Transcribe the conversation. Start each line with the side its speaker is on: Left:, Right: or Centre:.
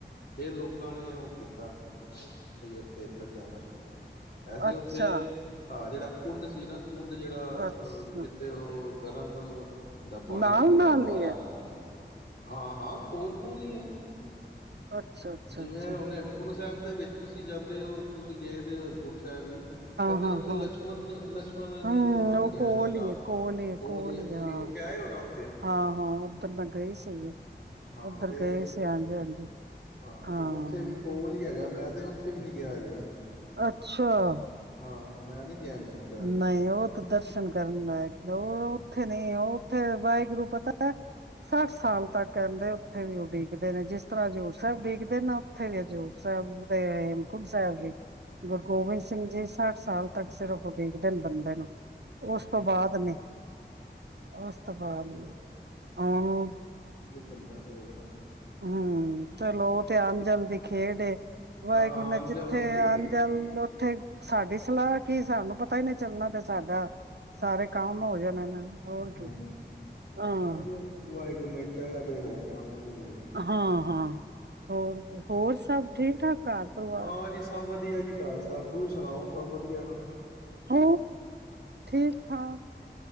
Left: ਫੇਰ ਲੋਕਾਂ ਨੇ ਉਹ ਕੀਤਾ ਬਈ ਇੱਥੇ ਇੱਧਰ ਜਾਣਾ ਸ਼ੁਰੂ ਕੀਤਾ ਵੈਸੇ
Right: ਅੱਛਾ,
Left: ਉੱਥੇ ਹੈ ਜਿਹੜਾ ਕੁੰਡ ਸੀ ਨਾ ਕੁੰਡ ਜਿਹੜਾ
Right: ਅੱਛਾ
Left: ਅ ਜਿੱਥੇ ਉਹ ਗਰਮ ਹੁੰਦਾ ਪਾਣੀ
Right: ਨਾਲ
Left: ਨਿਕਲਦਾ
Right: ਨਾਲ
Left: ਫੁਹਾਰਾ
Right: ਹੀ ਹੈ
Left: ਹਾਂ ਹਾਂ ਕੋਲ ਕੋਲ ਹੀ ਹੈ।
Right: ਅੱਛਾ, ਅੱਛਾ,
Left: ਜਿਵੇਂ
Right: ਅੱਛਾ ਹਾਂ,
Left: ਹੁਣ ਹੇਮਕੁੰਟ ਸਾਹਿਬ ਦੇ ਵਿੱਚ ਤੁਸੀਂ ਜਾਂਦੇ ਹੋ ਤੁਸੀਂ ਗਏ ਵੇ ਹੋ ਹਿਮਕੁੰਟ ਸਾਹਿਬ ਵੀ ਕਹਿੰਦੇ
Right: ਹਾਂ,
Left: ਉੱਥੇ
Right: ਹਾਂ
Left: ਲਸ਼ਮਣ ਲਛਮਣ
Right: ਹਮ
Left: ਦੀ ਉਹ ਵੀ ਬਣਿਆ
Right: ਕੋਲ
Left: ਦਾ ਇਹਦਾ
Right: ਹੀ
Left: ਨਾਂ
Right: ਹੈ ਕੋਲ ਹੀ ਹੈ
Left: ਉਹ
Right: ਕੋਲ
Left: ਲਈ
Right: ਹੀ
Left: ਤੁਸੀਂ
Right: ਹੈ। ਹਾਂ,
Left: ਹੋ ਕੇ ਆਏ ਹੋ ਨਾ ਉੱਥੇ
Right: ਹਾਂ, ਹਾਂ ਉੱਧਰ ਮੈਂ ਗਈ ਸੀਗੀ
Left: ਹਾਂ
Right: ਉੱਧਰ
Left: ਫਰ
Right: ਗਏ ਸੀ ਹਾਂਜੀ, ਹਾਂਜੀ
Left: ਹਾਂ
Right: ਹਾਂ
Left: ਤੇ ਉੱਥੇ ਵੀ ਕੋਲ ਹੀ ਹੈਗਾ ਮੈਂ ਕਦੇ ਉੱਥੇ ਵੀ ਨੀ ਗਿਆ ਹਜੇ
Right: ਅੱਛਾ
Left: ਹਾਂ ਮੈਂ ਨੀ ਗਿਆ ਹੇਮਕੁੰਟ ਸਾਹਿਬ
Right: ਨਹੀਂ ਉਹ ਦਰਸ਼ਨ ਕਰਨ ਲ ਉਹ ਉੱਥੇ ਨਹੀਂ ਉਹ ਉੱਥੇ ਵਾਹਿਗੁਰੂ ਪਤਾ ਹੈ ਸੱਠ ਸਾਲ ਤੱਕ ਕਹਿੰਦੇ ਉੱਥੇ ਵੀ ਉਡੀ ਨੇ ਜਿਸ ਤਰ੍ਹਾਂ ਜੋ ਸਬ ਡਿਕਦੇ ਨਾ ਉੱਥੇ ਹਜ਼ੂਰ ਸਾਹਿਬ ਤੇ ਹੇਮਕੁੰਟ ਸਾਹਿਬ <unintelligible> ਗੁਰੂ ਗੋਬਿੰਦ ਸਿੰਘ ਜੀ ਸੱਠ ਸਾਲ ਤੱਕ ਸਿਰਫ ਦੇਖਦੇ ਨੇ ਬੰਦੇ ਨੂੰ
Left: ਹੂੰ
Right: ਉਸ ਤੋਂ ਬਾਅਦ ਨੇ ਉਸ ਤੋਂ ਬਾਅਦ
Left: ਚਲੋ
Right: ਨੇ ਆਨੂੰ <unintelligible>
Left: ਘੁੰਮਦਾ ਪ੍ਰੋਗਰਾਮ
Right: ਹਮ ਚਲੋ ਥੇ ਅਨ ਜਲ ਦੀ ਖੇਡ ਏ ਵਾਹਿਗੁਰੂ
Left: ਹਾਂ
Right: ਨੇ
Left: ਅੰਜਲ
Right: ਜਿੱਥੇ
Left: ਦੀ ਖੇਡ
Right: ਅਨ
Left: ਹੈਗੀ
Right: ਜਲ
Left: ਏ।
Right: ਉੱਥੇ ਸਾਡੀ ਸਲਾਹ ਕੀ ਸਾਨੂੰ ਪਤਾ ਹੀ ਨਹੀਂ ਚੱਲਣਾ ਤੇ ਸਾਡਾ ਸਾਰੇ ਕੰਮ ਹੋ ਜਾਣੇ ਨੇ ਹੋਰ
Left: ਹੂੰ
Right: ਕੀ ਹਾਂ
Left: ਚਲੋ ਵਾਹਿਗੁਰੂ ਨੇ ਚਾਹਿਆ ਤੇ ਹੋ ਕੇ ਆਵਾਂਗੇ ਜ਼ਰੂਰ
Right: ਹਾਂ ਹਾਂ ਹੋਰ ਕੀ ਹੋਰ ਸਭ ਠੀਕ ਠਾਕ ਘਰ ਪਰਿਵਾਰ
Left: ਹਾਂ ਜੀ ਸਭ ਵਧੀ ਵਧੀਆ ਜੀ ਘਰ ਸਬ ਤੂੰ ਸੁਣਾਓ ਸਭ ਵਧੀਆ ਨਾ
Right: ਹੋ ਠੀਕ ਠਾਕ